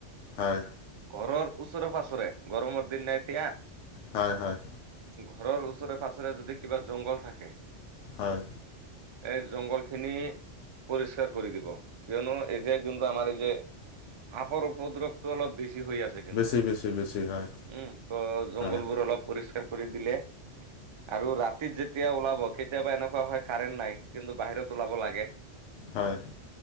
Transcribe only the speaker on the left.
হয়।
হয় হয়।
হয়।
বেছি বেছি বেছি হয়
হয়
হয়।